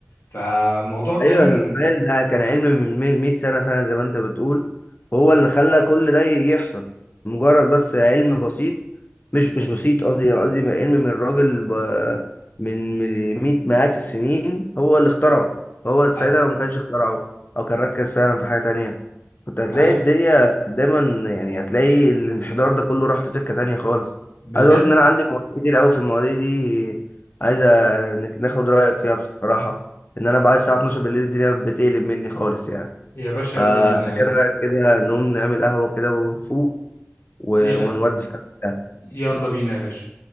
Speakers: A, on the left (about 80°); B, on the left (about 45°).
A: فموضوع فعلا
B: ايوه انا متخيل ده كان علم من مي- 100 سنه فعلا زي ما انت بتقول هو اللي خلى كل ده يحصل مجرد بس علم بسيط مش مش بسيط قصدي يعني قصدي بقى علم من الراجل ب- من من مئة مئات السنين هو اللي اخترعه هو ساعتها
A: أ-
B: لو ما كانش اخترعه او كان ركز فعلا في حاجة تانية كنت هتلاقي
A: أي-
B: الدنيا دايما يعني هتلاقي الانحدار ده كله راح في سكة تانية خالص
A: بجد
B: عايز اقول لك ان انا عندي مواضيع كتير قوي في المواضيع دي عايز انك ناخد رأيك فيها بصراحة ان انا بعد الساعة 12 بالليل الدنيا بتقلب مني خالص يعني
A: يا باشا
B: فا
A: يلا بينا
B: ايه
A: عادي
B: رأيك كده نقوم نعمل قهوة كده ونفوق و-
A: ي-
B: ونودي في كده
A: يلا بينا يا باشا